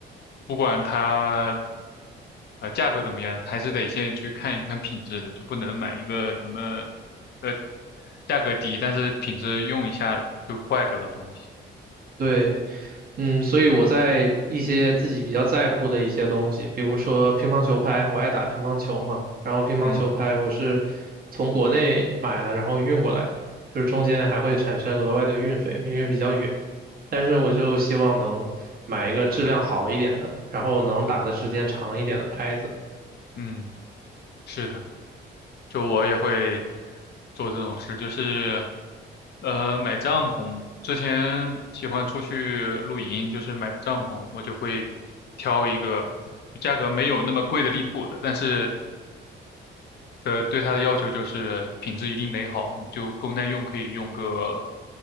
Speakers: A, on the left; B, on the right.
A: 不管它呃价格怎么样，还是得先去看一看品质的，就不能买一个什么呃价格低，但是品质用一下就坏掉的东西。
B: 对，嗯，所以我在一些自己比较在乎的一些东西，比如说乒乓球拍，我爱打乒乓球嘛，然后乒乓球拍我是
A: 嗯
B: 从国内买的，然后运过来，就是中间还会产生额外的运费，因为比较远，但是我就希望能买一个质量好一点的，然后能打的时间长一点的拍子。
A: 嗯，是的，就我也会做这种事，就是呃买帐篷，之前喜欢出去露营，就是买帐篷，我就会挑一个就价格没有那么贵的离谱的，但是的对它的要求就是品质一定得好，就够耐用，可以用个，